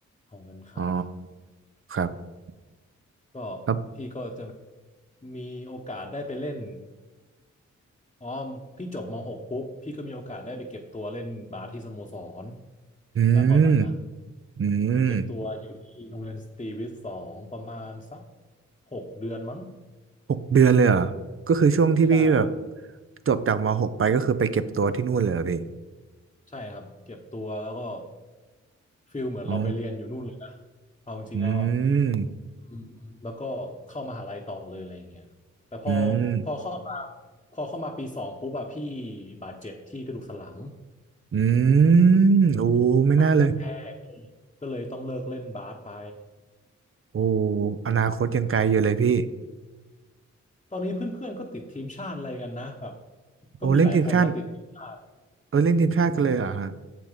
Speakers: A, on the left; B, on the right.
A: ของการค้า
B: อ๋อครับ
A: ก็
B: ครับ
A: พี่ก็จะมีโอกาสได้ไปเล่นอ๋อพี่จบมหกปุ๊บพี่ก็มีโอกาสได้ไปเก็บตัวเล่นบาสที่สโมสร
B: อื
A: นะตอนนั้นนะ
B: มอืม
A: เก็บตัวอยู่ที่โรงเรียนสตรีวิทย์สองประมาณสักหกเดือนมั้ง
B: หกเดือนเลยเหรอก็คือช่วงที่พี่แบบ
A: ใช่
B: จบจากมหกไปก็คือไปเก็บตัวที่นู่นเลยเหรอพี่
A: ใช่ครับเก็บตัวแล้วก็ฟิลเหมือนเราไปเรียนอยู่นู่นเลยนะ
B: อ๋อ
A: เอาจริงๆแล้วอะ
B: อืม
A: อืมแล้วก็เข้ามหาลัยต่อเลยอะไรอย่างเงี้ยแต่พอ
B: อืม
A: พอเข้ามาพอเข้ามาปีสองปุ๊บอะพี่บาดเจ็บที่กระดูกสันหลัง
B: อืมโอ้ไม่น่าเลย
A: หลังกระแทกก็เลยต้องเลิกเล่นบาสไป
B: โอ้อนาคตยังไกลอยู่เลยพี่
A: ตอนนี้เพื่อนๆก็ติดทีมชาติอะไรกันนะแบบ
B: โอ้เล่นทีมชาติ
A: ก็มีหลายคนนะติดทีมชาติ
B: เออเล่นทีมชาติกันเลยเหรอฮะ
A: อืม